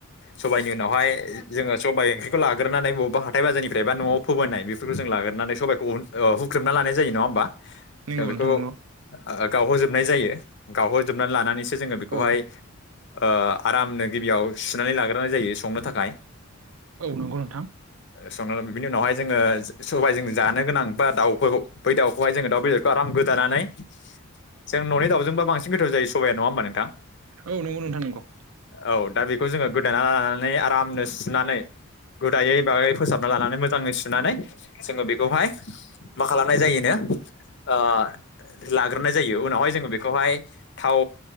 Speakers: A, on the left (about 55°); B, on the right (about 80°).
A: सबायनि उनावहाय सबाय ओंख्रिखौ लाग्रोनानै बबा हाथाय बाजनिफ्राय बा न'आव फोबोनाय बेफोरखौ जों लाग्रोनानै सबायखौ उन ओ हुख्रेबना ला जायो नङा होमबा
B: नंगौ
A: जों‌
B: नोंथां
A: बेखौ
B: नंगौ
A: ओ गावहोजोबनाय जायो गावहोजोबनानै लानानै जोङो बेखौहाय
B: औ
A: ओ आरामनो गिबियाव सुनानै लाग्रोनाय जायो संनो थाखाय
B: औ नंगौ नोंथां
A: ओ संना लाबाय बिनि उनावहाय जोङो स-सबाय जों जानो गोनां बा दाउखौ बै दाउखौहाय जोङो दाउ बेदरखौ आराम गोदानानै जों न'नि दाउजोंबो बांसिन गोथाव जायो सबाया नङा होमबा नोंथां
B: औ नंगौ नोंथां नंगौ
A: औ दा बेखौ जोङो गोदाना लानानै आरामनो सुनानै गोदायै बायै फोसाबना लानानै मोजाङै सुनानै जोङो बेखौहाय मा खालामनाय जायोनो ओ लाग्रोनाय जायो उनावहाय जोङो बेखौहाय थाव